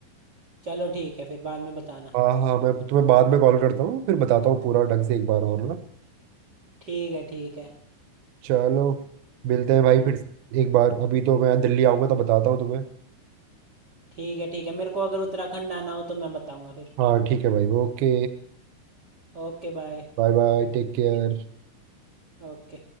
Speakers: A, on the right; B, on the right.
A: चलो ठीक है फिर बाद में बताना
B: हाँ हाँ मैं तुम्हें बाद में कॉल करता हूँ फिर बताता हूँ पूरा ढंग से एक बार और ना
A: ठीक है ठीक है
B: चलो मिलते हैं भाई फिर एक बार अभी तो मैं दिल्ली आऊँगा तो बताता हूँ तुम्हें
A: ठीक है ठीक है मेरे को अगर उत्तराखंड आना हो तो मैं बताऊंगा फिर
B: हाँ ठीक है भाई okay
A: Okay bye
B: Bye bye take care
A: ओके